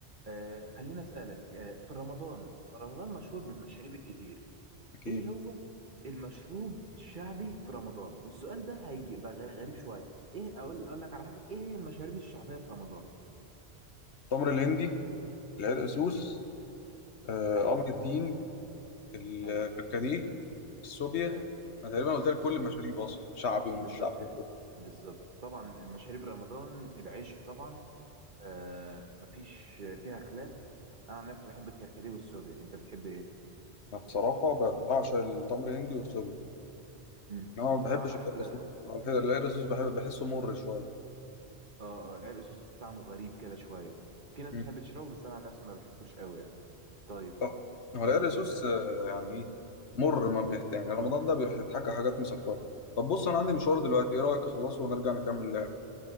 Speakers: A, on the right; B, on the left.
A: آه خليني أسألك آه في رمضان رمضان مشهور بالمشاريب الكتير
B: اكيد
A: ايه هو المشروب الشعبي في رمضان والسؤال ده هيبقى غري- غريب شوية ايه اقول اقول لك على حاجة ايه هي المشاريب الشعبية في رمضان
B: التمر الهندي العرق سوس آه،
A: ايوه
B: قمر الدين الكركديه
A: ايوه
B: السوبيا
A: ايوه
B: انا تقريبا قلت لك
A: بالظبط
B: كل المشاريب اصلا شعبي ومش
A: بالظبط
B: شعبي وكله.
A: بالظبط طبعا مشاريب رمضان العشق طبعا آه مفيش فيها خلاف انا عن نفسي بحب الكركديه والسوبيا انت بتحب ايه
B: انا بصراحه ب- بعشق التمر الهندي والسوبيا
A: امم
B: انا ما بحبش
A: بصراحة
B: العرق
A: احلى
B: السوس بصراحة. العرق السوس بحب بحسه مر شويه
A: اه اه العرق سوس طعمه غريب كده شويه في ناس
B: مم.
A: بتحب تشربه بس انا عن نفسي ما بحبوش قوي يعني طيب
B: طب، هو العرق
A: آه
B: سوس آه، يعني ايه مر ما بيحت... يعني رمضان ده بيحتاج حاجات مسكره طب بص انا عندي مشوار
A: بز...
B: دلوقتي ايه رايك اخلصه ونرجع نكمل لعب